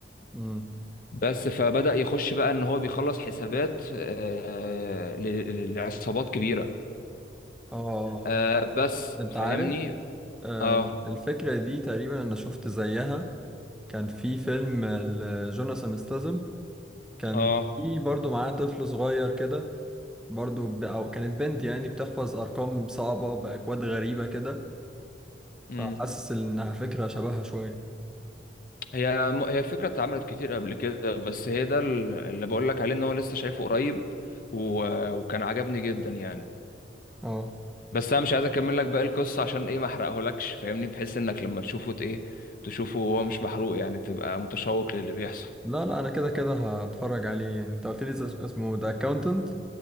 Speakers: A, in the centre; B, on the left.
A: امم
B: بس فبدأ يخش بقى إن هو بيخلص حسابات آه، ل- لعصابات كبيرة
A: اه آه،
B: آه، بس
A: آه. انت
B: فاهمني
A: عارف آه
B: اه
A: الفكره دي تقريبا انا شفت زيها كان في فيلم لجوناثان ستاثام كان
B: اه
A: في برضو معاه طفل صغير كده برضو ب... او كانت بنت يعني بتحفظ ارقام صعبه باكواد غريبه كده
B: مم.
A: فحاسس انها فكره شبهها شويه
B: هي م- هي الفكرة اتعملت كتير قبل كده بس هي ده ال- اللي بقول لك عليه ان هو لسه شايفه قريب و... وكان عجبني جدا يعني
A: اه
B: بس انا مش عايز اكمل لك باقي القصة عشان ايه ما احرقهولكش فاهمني بحيث انك لما تشوفه ت- ايه تشوفه وهو مش محروق يعني تبقى متشوق للي بيحصل
A: لا لا انا كده كده هتفرج عليه يعني انت قلت لي اسمه ذا اكاونتنت